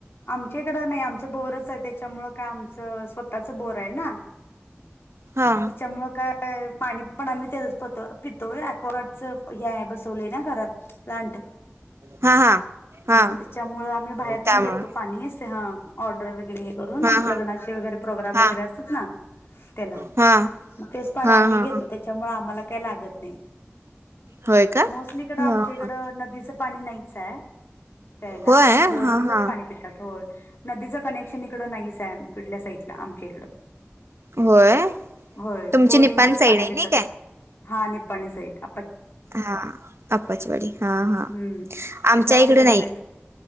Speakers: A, on the left (about 60°); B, on the right (about 70°).
A: आमच्याकडं नाही आमच बोरच आहे त्याच्यामुळे काय आमचं स्वतःच बोर होय ना
B: हा
A: त्याच्यामुळे काय पाणी पण आम्ही तेच पो पितोय अक्गार्डच हे बस बसवले ना घरात प्लांट
B: हा हा हा
A: त्याच्यामुळे आम्ही बाहेर
B: त्यामुळं
A: पण देतो ईसहा ऑर्डर वेगळे हे करुन
B: हा हा
A: लग्नाचे वगैरे प्रोग्राम
B: हा
A: वगैरे असतात ना त्याला
B: हा हा
A: मग तेच पण
B: हा
A: आम्ही घेतो
B: हा
A: त्याच्यामुळे आम्हाला काही लागत नाही
B: होय का
A: मोस्टली इकडं आमच्या
B: हा
A: इकडं
B: हा
A: नदीचं पाणी नाहीच आहे पयला
B: होय
A: बोरिंगचच
B: हा हा
A: पाणी पीतो होय नदीचं कनेक्शन इकडं नाहीच आहे कुडल्या साईडला आमच्या इकडं
B: होय
A: होय
B: तुमची
A: बोरिंगचच
B: निपाण साईड
A: पाणी
B: आहे
A: पेतात
B: नाही काय
A: हा निपणी सईटला
B: हा आप्चीवाडी हा हा
A: हम्म
B: आमच्या
A: त्याच्यामुळे
B: इकडे
A: इकडं
B: नाही